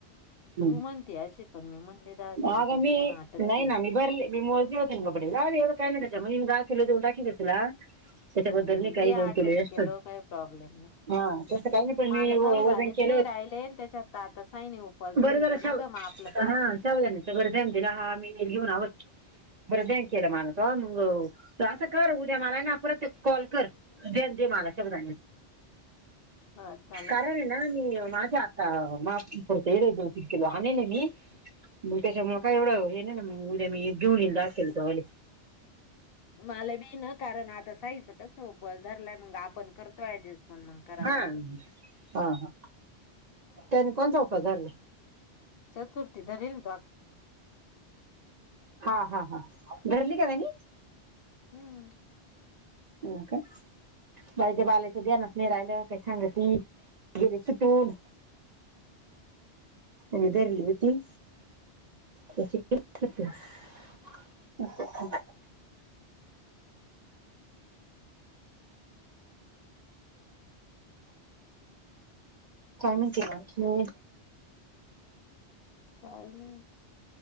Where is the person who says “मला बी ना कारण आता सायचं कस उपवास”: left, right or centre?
Left